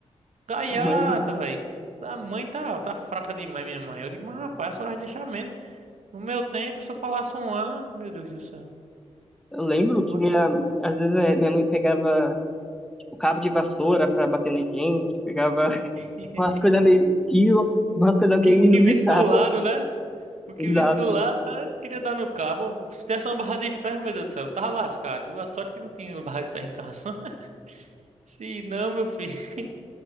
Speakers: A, on the right (about 75°); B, in the centre.
A: gaiata,
B: Mãe,
A: velho. A mãe tá, tá fraca demais, minha mãe. Eu digo, mas rapaz, a senhora vai deixar mesmo. No meu tempo, se eu falasse um ah, meu Deus do céu.
B: eu lembro que
A: Oxe.
B: minha, às vezes eh, minha mãe pegava tipo, cabo de vassoura pra bater na gente, pegava <laughs>
A: <laughs>
B: umas coisas meio fio, umas coisas
A: O que,
B: meio
A: o
B: inusitadas.
A: que visse do lado,
B: <laughs>
A: né? O que
B: Exato,
A: visse do lado, né? Queria dar no cabo. Se tivesse uma barra de ferro, meu Deus do céu, tava lascado, viu? A sorte que não tinha uma barra de ferro em casa. <laughs> Se não, meu filho, <laughs>